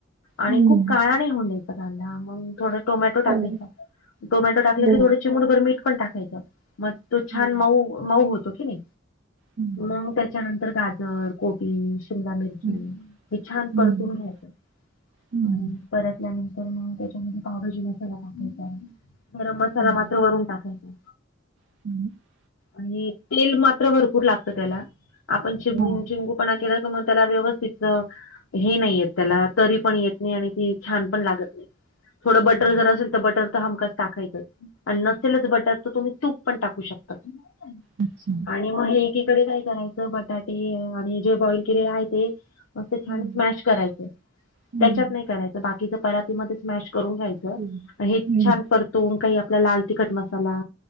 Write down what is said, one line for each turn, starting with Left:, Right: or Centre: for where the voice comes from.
Left: आणि
Right: हं,
Left: खूप
Right: हं.
Left: काळा नई होऊन द्यायचा <unintelligible> मग थोडा टोमॅटो टाकायचा
Right: हो,
Left: टोमॅटो टाकला
Right: हो,
Left: की थोडी चिमूटभर मीठ पण टाकायचं मग तो छान
Right: हो.
Left: मऊ मऊ होतो की नई?
Right: हं,
Left: मग त्याच्यानंतर गाजर, कोबी, शिमला मिरची
Right: हं,
Left: हे छान
Right: हं,
Left: परतून घ्यायचं.
Right: हं,
Left: अ परतल्यानंत तर, मग त्याच्यामध्ये पावभाजी मसाला टाकायचा आहे गरम मसाला
Right: हं,
Left: मात्र वरून टाकायचा.
Right: <inaudible>
Left: आणि तेल मात्र भरपूर लागतं त्याला, आपण <unintelligible>
Right: हां,
Left: पणा केला तर मग त्याला व्यवस्थित हे नाही येत त्याला, तरी पण येत नाही आणि ती छान पण लागत नाही. थोडं
Right: हं.
Left: बटर जर असेल, तर बटर तर हमखास टाकायचंच आणि नसेलच बटर तर तुम्ही तूप पण टाक वू शकतं..
Right: अच्छा.
Left: आणि मग हे एकीकडे काय करायचं, बटाटे आणि जे बॉइल केलेले आहे ते मस्त छान
Right: हं,
Left: स्मॅश करायचं,
Right: हं,
Left: त्याच्यात नाही करायचं बाकीचं परातीमध्ये स्मॅश करून घ्यायचं.
Right: हं,
Left: <unintelligible> हे
Right: हं.
Left: छान परतून काही आप लाल तिखट मसाला,